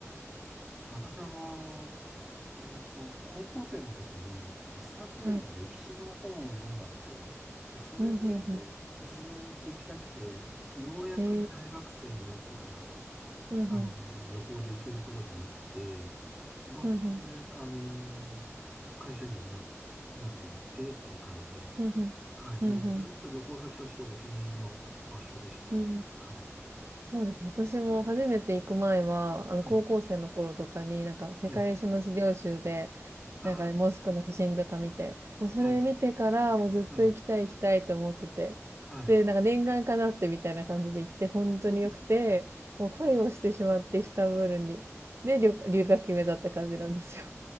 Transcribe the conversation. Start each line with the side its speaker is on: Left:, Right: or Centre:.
Centre: 私、あの、えっと、高校生の時にイスタンブールの歴史の本を読んだんですよ。
Right: はい
Centre: で、それでずーっと行きたくて、
Right: うん、うん、うん。
Centre: ようやく大学生になってから、
Right: へえ、うん、
Centre: あの、
Right: うん、
Centre: 旅行で行けることになって、まあ、
Right: うん、
Centre: それで、
Right: うん、
Centre: あの、会社員にもな、なっていってっていう感じで、
Right: うん、うん、
Centre: はい、もうずーっと旅行先としてお気に入りの場所でしたね。
Right: うん、うんうんうん
Centre: はい。
Right: そうです。私も初めて行く前は、あの、
Centre: <laughs> はい。
Right: 高校生の頃とかに、なんか、世界史の資料集で、
Centre: ええ、あ
Right: なんか、モスクの写真とか見て、もうそれ見てから、
Centre: あ、はい、
Right: もうずっと行きたい行きたいと思ってて、
Centre: はい、は
Right: で、なんか、念願かなってみたいな感じで行って、本当に良くて、
Centre: い。
Right: もう恋をしてしまって、イスタンブールに。で、留留学決めだった感じなんですよ。